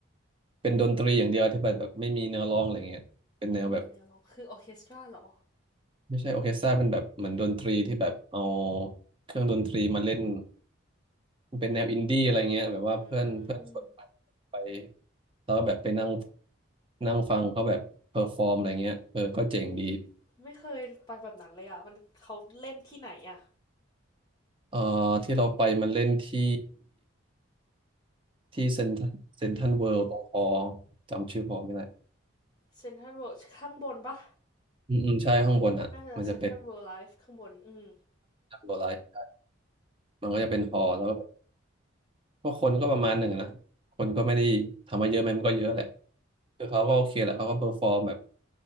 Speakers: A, on the right; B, on the left.
A: เป็นดนตรีอย่างเดียวที่แบบแบบไม่มีเนื้อร้องอะไรเงี้ยเป็นแนวแบบ
B: ไม่มีเนื้อร้องคือออร์เคสตราเหรอ
A: ไม่ใช่ออร์เคสตราเป็นแบบเหมือนดนตรีที่แบบเอาเครื่องดนตรีมาเล่นมันเป็นแนวอินดี้อะไรเงี้ยแบบว่าเพื่อนเพื่อนชวนไป
B: อืม
A: ไปแล้วก็แบบไปนั่งนั่งฟังเขาแบบเพอร์ฟอร์มอะไรเงี้ยเออก็เจ๋งดี
B: อุ้ย ไม่เคยไปแบบนั้นเลยอะมันเขาเล่นที่ไหนอะ
A: เอ่อที่เราไปมันเล่นที่ที่เซ็นเซ็นทรัลเวิลด์ตรงคอจำชื่อฮอไม่ได้
B: เซนทรัลเวิลด์ข้างบนปะ
A: อืมอืมใช่ข้างบนอ่ะมันจะเป็น
B: น่าจะเซนทรัลเวิลด์ไลฟ์ข้างบนอืม
A: โลไลท์มันก็จะเป็นฮอแล้วก็ ก็คนก็ประมาณหนึ่งนะคนก็ไม่ได้ทำมาเยอะไหมมันก็เยอะแหละคือเขาก็โอเคแหละเขาก็เ e อร์ฟอร์มแบบ